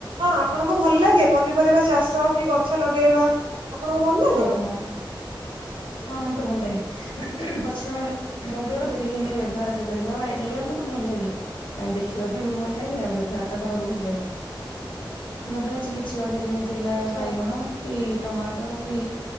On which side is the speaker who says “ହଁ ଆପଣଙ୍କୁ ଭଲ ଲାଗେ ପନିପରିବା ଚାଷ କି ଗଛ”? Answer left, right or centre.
Right